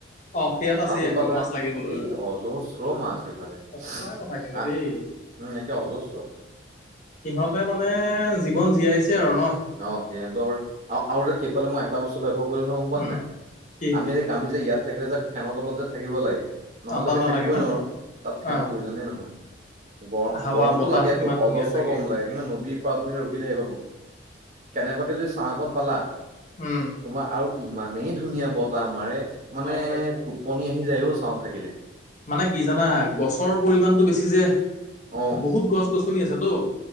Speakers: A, on the left; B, on the right.
A: অ সেয়াত আছেই
B: তাতো
A: আকৌ
B: পালা
A: মাছ লাগিবলৈ
B: এই অজহস্ৰ মাছ হেইফালে
A: সঁচা কথা কিন্তু
B: আহ।
A: দেই
B: উম একে অজস্ৰ।
A: সিহঁতে মানে জীৱন জীয়াইছে। আৰু ন
B: অ সিহতৰ আৰু আৰু যে সেইফালে মই এটা বস্তু লৈ। গম পোৱা
A: উম
B: নাই
A: কি
B: আমি যে গামি যে ইয়াত থাকিলে যে ফেনৰ তলত যে থাকিব লাগে নহলে
A: অ তাত
B: তুমি
A: নালাগে
B: থাকিবই
A: ন
B: নোৱাৰো তাত ফেনৰৰ
A: অ
B: প্ৰয়োজনেই নহয় গৰ
A: হাৱা
B: গৰমতটো
A: বতাহ
B: লাগেতটো
A: ইমান ধুনীয়া
B: অজস্ৰ
A: চাগে
B: গৰম লাগে কিন্তু নদীৰ পৰা তুমি ৰখি থাকিবা। কেনেবাকে যদি চাহকন পালা
A: উম
B: তোমাৰ আৰু ইমানেই ধুনীয়া বতাহ আমাৰে মানে
A: গম পাইছো
B: টোপনি আহি যায়ও চাওঁত থাকিলে।
A: মানে কি জানা গছৰ পৰিমাণতটো বেছি যে
B: অহ
A: বহুত গছ গছনি আছেতো।